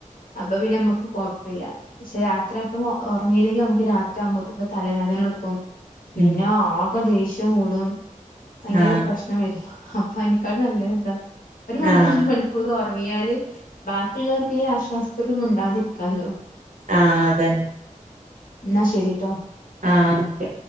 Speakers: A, on the left (about 85°); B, on the right (about 65°).
A: അപ്പ പിന്നെ ഞമ്മക്ക് കൊഴപ്പില്ല പക്ഷെ രാത്രി അപ്പം ഒ ഒറങ്ങിയില്ലെങ്കി നമുക്ക് രാത്രി ആവ്മ്പോത്തേക്ക്‌ തലവേദന ഇട്ക്കും പിന്നെ
B: ഉം.
A: ആകെ ദേഷ്യം കൂടും ഭയങ്കര
B: ആ.
A: പ്രശ് നം വെരും അപ്പൊ അയ്നെക്കാട്ട്ലും നല്ലത് ഇതാ ഒരു മണിക്കൂ
B: ആ.
A: ഒരു മണി ക്കൂറ് ഒറങ്ങിയാല് ബാക്കി ഇള്ളവർക്കെങ്കിലും ആശ്വാസത്തില് മിണ്ടാതിരിക്കാല്ലോ
B: ആഹ് അതെന്നെ
A: ന്നാ ശരിട്ടോ
B: ആഹ് ഓക്കെ